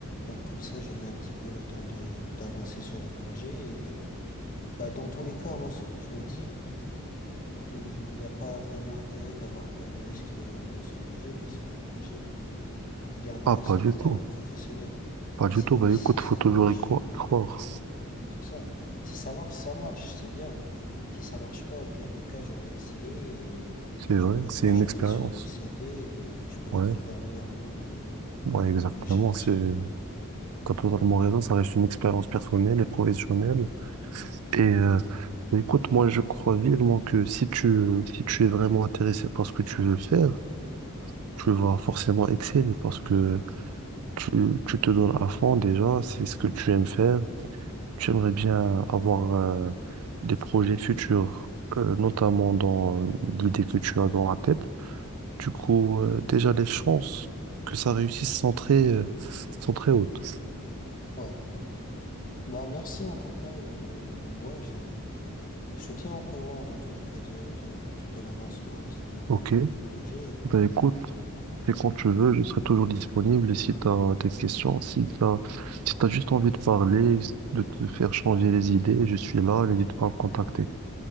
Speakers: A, on the left; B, on the right.
A: Donc comme ça j'aurai un petit peu le temps de d'avancer sur le projet et bah dans tous les cas moi ce que je me dis il n'y a pas vraiment intérêt d'avoir peur du risque de de ce projet parce que le projet il, il est intéressant
B: Ah, pas du
A: en termes
B: tout.
A: professionnels.
B: Pas
A: Si
B: du tout. Bah
A: si
B: écoute,
A: ça
B: faut toujours
A: marche
B: y croire.
A: euh,
B: y croire.
A: C'est ça. Si ça marche, ça marche, c'est bien. Si ça marche pas, au pire des cas, j'aurais essayé et
B: C'est
A: je
B: vrai,
A: pourrais
B: que
A: le
B: c'est
A: rajouter
B: une expérience.
A: sur le CV et je pourrais
B: Ouais,
A: trouver un meilleur boulot que,
B: ouais, exactement.
A: que j'ai déjà.
B: C'est T'as totalement raison, ça reste une expérience personnelle et professionnelle. Et euh, écoute, moi je crois vivement que si tu, si tu es vraiment intéressé par ce que tu veux faire, tu vas forcément exceller parce que tu, tu te donnes à fond déjà, c'est ce que tu aimes faire. Tu aimerais bien avoir euh, des projets futurs, euh, notamment dans l'idée que tu as dans la tête. Du coup, euh, déjà les chances que ça réussisse sont très, euh, sont très hautes.
A: Ouais. Bah, merci en tout cas et ouais, je vais, je te tiens au courant dans tous les cas de, de, de l'avancement un petit peu de,
B: Ok.
A: du projet.
B: Ben écoute, Et quand tu veux, je serai toujours disponible. Et Si tu as des questions, si tu as, si t'as juste envie de parler, de te faire changer les idées, je suis là, n'hésite pas à me contacter.